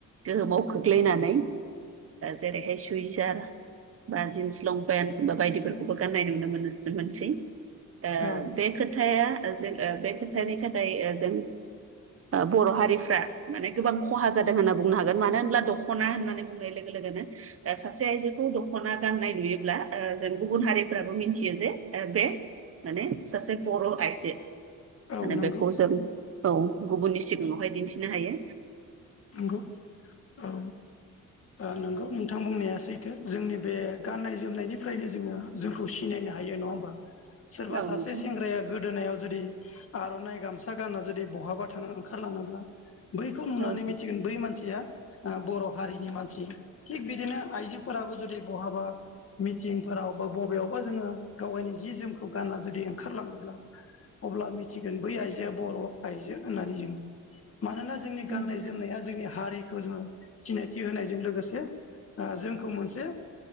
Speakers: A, on the right; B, on the left.
A: गोहोमाव खोख्लैनानै। जेरैहाय सुइजार बा जिन्स लंपेन्ट बा बायदि। खौबो गाननाय नुनो मोनसो मोनसै ओ
B: औ
A: बे खोथाया जों बे खोथानि थाखाय जों बर' हारिफ्रा माने गोबां खहा जादों होनना बुंनो हागोन मानो होनब्ला दख'ना होननानै नाय लोगो लोगोनो सासे आइजोखौ दख'ना गाननाय नुयोब्ला ओ जों गुबुन हारिफ्राबो मिथियो जे बे माने सासे बर' आइजो
B: औ
A: माने
B: नंगौ
A: बेखौ जों औ गुबुननि सिगाङावहाय दिन्थिनो हायो।
B: नंगौ औ। ओ नोंगौ नोंथां बुंनाया सैथो जोंनि बे गाननाय जोमनायनिफ्रायनो जोङो जोंखौ सिनायनो हायो नङा होमबा।
A: <inaudible>
B: सोरबा सासे
A: नोंथां
B: सेंग्राया गोदोनायाव जुदि आर'नाइ गामसा गाना जुदि बहाबा थाङो ओंखारलाङोब्ला बैखौ नुनानै
A: औ
B: सिया बर' हारिनि मानसि थिग बिदिनो आइजोफोराबो जुदि बहाबा मिटिंफोराव बा बबेयावबा जोङो गावागायनि जि जोमखौ गान्ना जुदि ओंखारलाङोब्ला अब्ला मिथिगोन बै आइजोआ बर' आइजो होननानै जों मानोना जोंनि
A: नोंथां
B: गाननाय जोमनाया जोंनि हारिखौ जोङो सिनायथि होनायजों लोगोसे ओ जोंखौ मोनसे